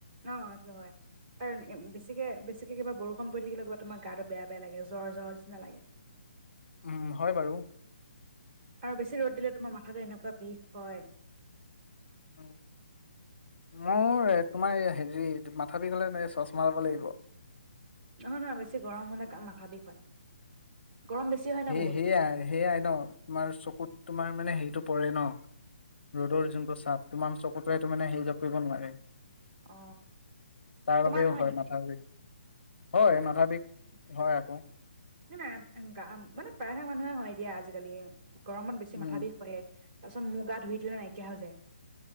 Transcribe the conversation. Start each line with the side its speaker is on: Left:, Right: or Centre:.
Right: অ সেটো হয় আৰু বেছিকে বেছি বাকী কিবা বৰষুণ পৰি থাকিলেও কিবা তোমাৰ গাটো বেয়া বেয়া লাগে জ্বৰ- জ্বৰ নিচিনা লাগে।
Left: উম হয় বাৰু
Right: আৰু বেছি ৰ'দ দিলে তোমাৰ মাথাতো এনেকুৱা বিষ হয়
Left: উ মোৰ তোমাৰ হেৰি মাথা বিষ হলে তোমাৰ চচমা লব লাগিব।
Right: নহয় -নহয়। বেছি গৰম হলে মাথা বিষ হয়। গৰম বেছি হয়
Left: সেই
Right: ন বহুত
Left: সেয়াই সেইয়াই ন তোমাৰ চকুত তোমাৰ মানে সেইটো পৰে ন? ৰ'দৰ যোনটো চাপ তোমাৰ চকুতোৱেটো মানে হেই কৰিব নোৱাৰে।
Right: অ
Left: তাৰ
Right: তোমাৰ
Left: বাবেও
Right: নহয়
Left: হয়
Right: নেকি
Left: মাথা বিষ। হয় মাথাবিষ হয় আকৌ।
Right: হে না গা মানে প্ৰায়ভাগ মানুহে হয় দিয়া আজিকালি গৰমত বেছি
Left: উম
Right: মাথা বিষ হয়ে। তাৰপাছত মূৰ গা ধুই দিলে নাইকিয়া হৈ যায়